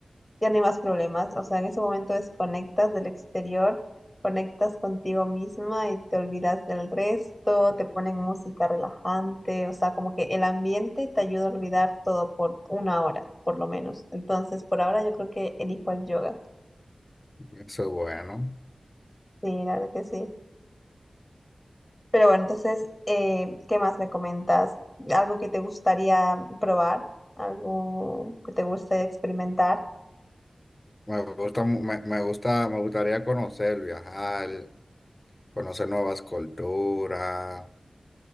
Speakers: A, in the centre; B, on the left (about 30°).
A: Ya no hay más problemas. O sea, en ese momento desconectas del exterior, conectas contigo misma y te olvidas del resto, te ponen música relajante, o sea, como que el ambiente te ayuda a olvidar todo por una hora, por lo menos. Entonces, por ahora yo creo que elijo el yoga.
B: eso es bueno.
A: Sí, la verdad que sí. Pero bueno, entonces, eh, ¿qué más me comentas? ¿Algo que te gustaría probar? ¿Algo que te gustaría experimentar?
B: Me gusta, mu- me, me gusta, me gustaría conocer, viajar, conocer nuevas culturas,